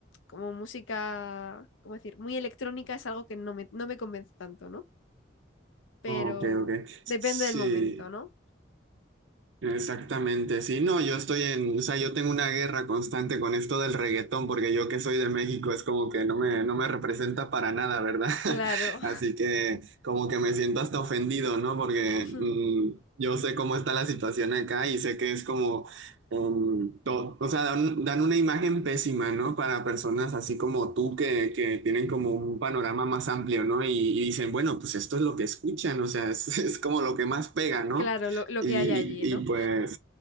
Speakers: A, on the left; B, on the right.
A: como música, ¿cómo decir? Muy electrónica es algo que no me, no me convence tanto, ¿no? Pero
B: Ok, ok.
A: depende
B: Sí.
A: del momento, ¿no?
B: Exactamente, sí, no, yo estoy en, o sea, yo tengo una guerra constante con esto del reggaetón, porque yo que soy de México es como que no me, no me representa para nada, ¿verdad? <laughs>
A: Claro.
B: Así que como que me siento hasta ofendido, ¿no? Porque
A: Ujú.
B: mm, yo sé cómo está la situación acá y sé que es como, um, to- o sea, dan, dan una imagen pésima, ¿no? Para personas así como tú que, que tienen como un panorama más amplio, ¿no? Y, y dicen, bueno, pues esto es lo que escuchan, o sea, <laughs> es es como lo que más pega, ¿no?
A: Claro, lo, lo
B: Y,
A: que hay allí, ¿no?
B: y pues